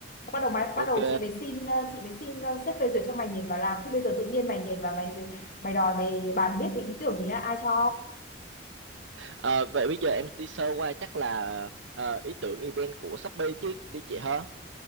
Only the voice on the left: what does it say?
Bắt đầu mày
bắt đầu chị mới xin ờ, chị mới xin ờ, sếp phê duyệt cho mày nhảy vào làm chứ bây giờ tự nhiên mày nhảy vào mày mày đòi mày bàn biết cái ý tưởng thì ai cho?